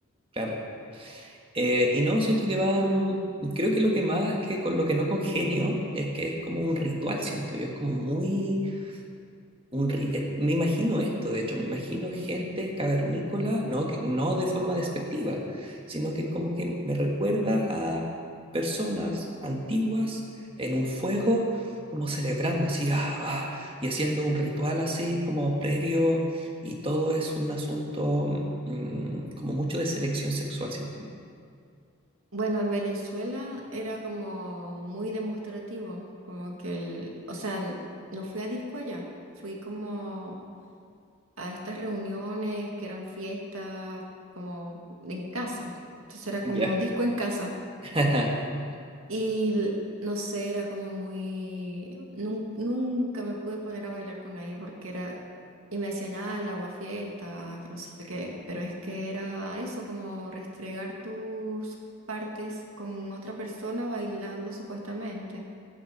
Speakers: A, on the right; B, on the right.
A: claro. Eh, y no, siento que van... Creo que lo que más que con lo que no congenio es que es como un ritual, siento yo. Es como muy un ri- eh, me imagino esto, de hecho, me imagino gente cavernícola, no, que, no de forma despectiva, sino que como que me recuerda a personas antiguas en un fuego, como celebrando así, ah, ah, y haciendo un ritual así como previo, y todo es un asunto mm, como mucho de selección sexual, siento yo.
B: Bueno, en Venezuela era como muy demostrativo, como que el, o sea, n- no fui a disco allá, fui como a estas reuniones que eran fiestas como en casa. Entonces era como
A: Ya.
B: disco en casa.
A: <laughs>
B: Y l- no sé, era como muy... nun- nunca me pude poner a bailar con nadie porque era... Y me decían, ah, el agua fiesta, que no sé qué, pero es que era eso, como restregar tus partes con otra persona bailando supuestamente.